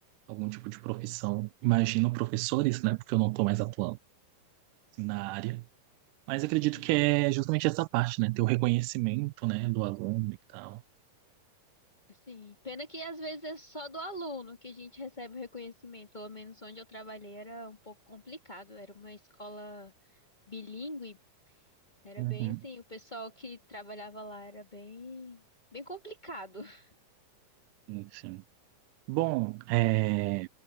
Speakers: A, on the right; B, on the left.
A: algum tipo de profissão, imagino professores, né, porque eu não tô mais atuando na área. Mas acredito
B: Uhum.
A: que é justamente essa parte, né? Ter o reconhecimento, né, do aluno e tal.
B: Assim, pena que às vezes é só do aluno que a gente recebe o reconhecimento. Pelo menos onde eu trabalhei era um pouco complicado, era uma escola bilíngue, Era
A: Uhum,
B: bem assim, o pessoal que trabalhava lá era bem, bem complicado. <laughs>
A: sim. sim. Bom, é,